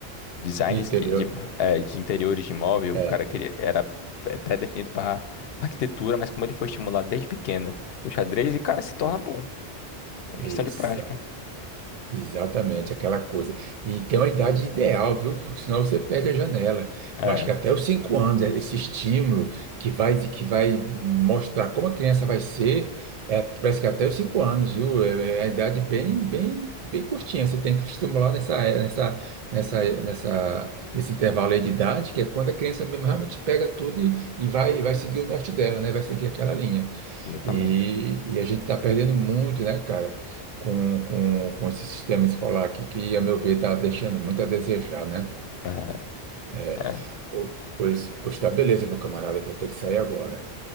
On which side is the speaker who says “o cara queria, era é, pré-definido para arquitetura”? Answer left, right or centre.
Left